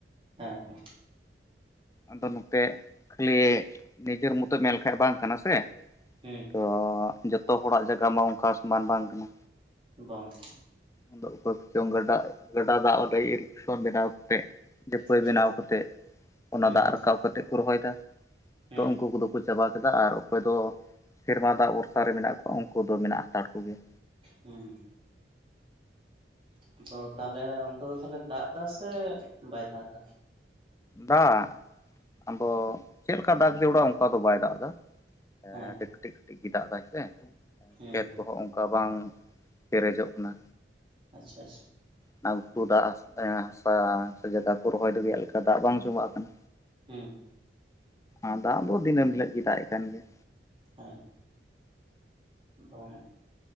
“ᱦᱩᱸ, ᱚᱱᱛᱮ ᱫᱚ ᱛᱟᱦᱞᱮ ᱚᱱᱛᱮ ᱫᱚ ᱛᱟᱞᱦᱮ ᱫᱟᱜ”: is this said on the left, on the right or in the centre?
Right